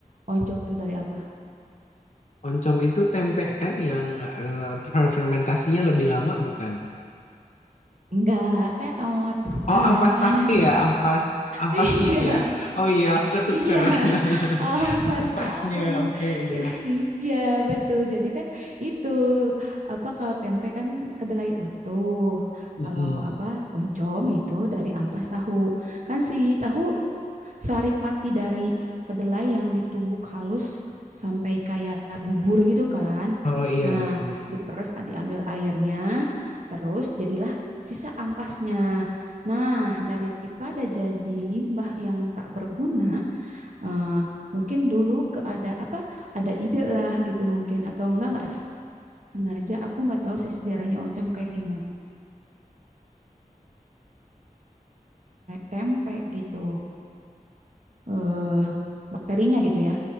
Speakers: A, on the right (about 55°); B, on the left (about 55°).
A: oncom tuh dari apa?
B: Oncom itu tempe kan yang eh, fermentasinya lebih lama bukan?
A: Enggak, terot, bukan.
B: Oh ampas tahu ya, ampas ampasnya
A: <laughs> Iya,
B: ya. Oh iya aku ketuker.
A: iya,
B: <laughs>
A: ampas
B: Ampasnya,
A: tahu.
B: oke iya.
A: Eh, Iya, betul. Jadi kan itu apa kalau tempe kan kedelai utuh.
B: Mm-mm.
A: Kalau apa oncom itu dari ampas tahu. Kan si tahu saripati dari kedelai yang ditumbuk halus sampai kayak bubur gitu kan.
B: Oh iya
A: Nah,
B: betul.
A: diperes diambil airnya, terus jadilah sisa ampasnya. Nah, daripada jadi limbah yang tak berguna, eh, mungkin dulu ke ada apa ada ide lah gitu mungkin atau enggak enggak sengaja aku nggak tahu sih sejarahnya oncom kayak gimana tempe gitu. Eh, bakterinya gitu ya.